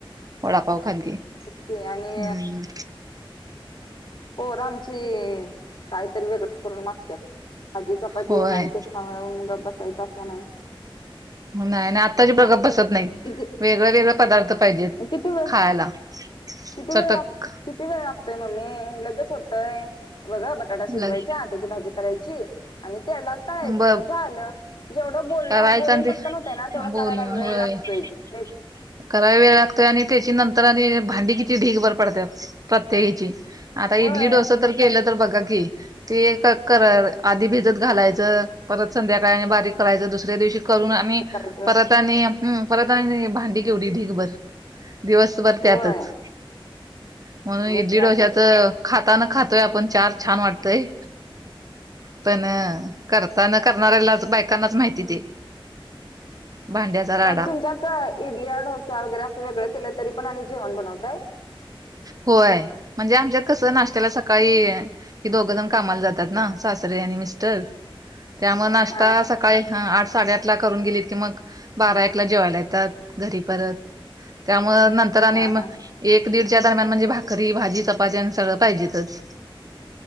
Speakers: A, on the right; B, on the left.
A: वडापाव खाते की
B: की आणि
A: हम्म
B: पोर आमची काहीतरी वेगळेच करून मागतात भाजी चपाती
A: होय
B: प ते हाय ते खावा मग गप बसायचं असा नाही
A: नाही आणि आत्ताचे पोर बसत नाहीत
B: किती
A: वेगळे वेगळे पदार्थ पाहिजेत
B: किती वेळ
A: खायला
B: किती
A: चटक
B: वेळ ला किती वेळ लागतोय मम्मी लगेच होतय बघा ब बटाटा शिजवायचा
A: लग
B: त्याची भाजी करायची आणि त्याला तळायचं
A: ब
B: झालं जेवढं बोलण्या
A: करायचं
B: बोलून
A: आणि
B: पटकन
A: ते
B: होतय ना तेवढं
A: बोलून
B: करायला वेळ
A: होय
B: लागतो <unintelligible>
A: <unintelligible> कराय वेळ लागतो आणि त्याची नंतर आणि भांडी किती ढीग भर पडत प्रत्येकीची आता इडली
B: वय
A: डोस तर केलं तर बघा की ते एकात करा आधी भिजत घालायचं परत संध्याकाळ आणि बारीक करायचं दुसऱ्या दिवशी करून आणि
B: करायचं
A: परत आणि परत भांडी केवढी ढीगभर दिवस दिवसभर त्यातच
B: वय
A: म्हणून
B: दिवस
A: इडली
B: त्यातच
A: डोश्याच खाताना खातोय आपण चार छान वाटतय पण करताना करणाऱ्यालाच बायकांनाच माहिती ते भांड्याचा राडा
B: पण तुमच्यात इडली डोसा वगैरे असं वेगळं केलं तरी पण आणि जेवण बनवतय
A: होय म्हणजे आमच्यात कसं नाश्त्याला सकाळी हे दोघं जण कामाला जातात ना सासरे आणि मिस्टर त्यामुळे नाश्ता
B: हा
A: काय हा आठ साडेआठ ला करून गेलीत की मग बारा एकला जेवायला येतात घरी परत त्यामुळे नंतर आणि
B: हा हा
A: एक दीडच्या दरम्यान म्हणजे भाकरी भाजी चपाात्या आणि सगळं पाहिजेतच